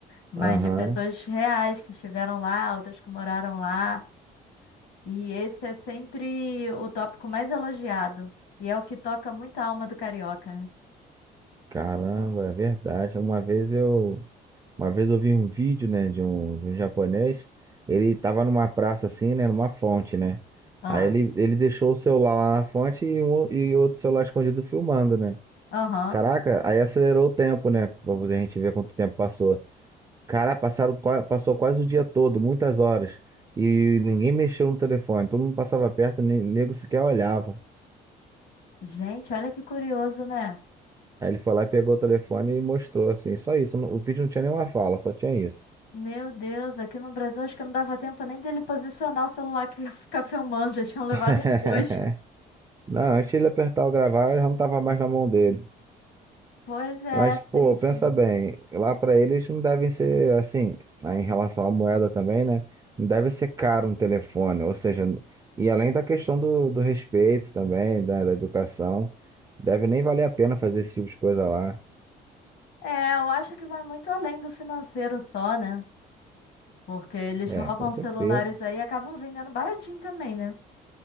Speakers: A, on the left (about 75°); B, on the right (about 20°).
A: mas
B: Aham.
A: de pessoas reais que estiveram lá, outras que moraram lá. E esse é sempre o tópico mais elogiado. E é o que toca muito a alma do carioca, né?
B: Caramba, é verdade. Uma vez eu, uma vez eu vi um vídeo, né, de um, de um japonês. Ele tava numa praça assim, né, numa fonte, né?
A: Ah,
B: Aí ele, ele deixou o celular lá na fonte e, um, e outro celular escondido filmando, né?
A: Aham.
B: Caraca, aí acelerou o tempo, né? Pra a gente ver quanto tempo passou. Cara, passaram, qua- passou quase o dia todo, muitas horas. E ninguém mexeu no telefone. Todo mundo passava perto, nem- nego sequer olhava.
A: Gente, olha que curioso, né?
B: Aí ele foi lá e pegou o telefone e mostrou assim, só isso. não- O vídeo não tinha nenhuma fala, só tinha isso.
A: Meu Deus, aqui no Brasil acho que não dava tempo nem dele posicionar o celular que ia <laughs> ficar filmando, já tinham levado
B: <laughs>
A: os dois.
B: Não, antes de ele apertar o gravar, eu já não tava mais na mão dele.
A: Pois é,
B: Mas, pô,
A: triste.
B: pensa bem, lá pra eles não devem ser assim, aí em relação à moeda também, né? Não deve ser caro um telefone, ou seja, e além da questão do, do respeito também, da, da educação, deve nem valer a pena fazer esse tipo de coisa lá.
A: É, eu acho que vai muito além do financeiro só, né? Porque eles
B: É,
A: roubam
B: com certeza.
A: celulares aí e acabam vendendo baratinho também, né?